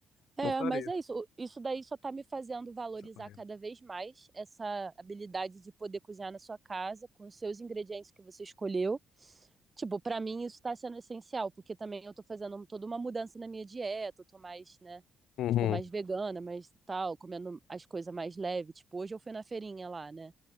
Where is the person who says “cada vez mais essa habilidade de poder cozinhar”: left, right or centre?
Right